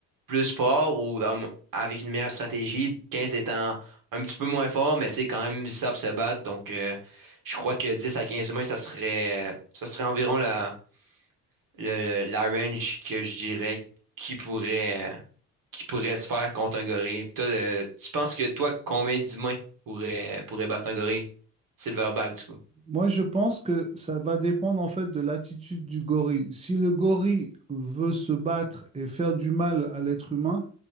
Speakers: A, on the right; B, on the right.
A: plus forts ou euh, avec une meilleure stratégie, 15 étant un petit peu moins forts, mais tu sais, quand même, ils savent se battre. Donc euh, je crois que 10 à 15 humains, ça serait, ça serait environ la, le, la range que je dirais qui pourrait, euh, qui pourrait se faire contre un gorille. Puis Toi, euh, tu penses que toi, combien d'humains pourrait, pourrait battre un gorille? Silverback, du coup.
B: Moi, je pense que ça va dépendre en fait de l'attitude du gorille. Si le gorille veut se battre et faire du mal à l'être humain,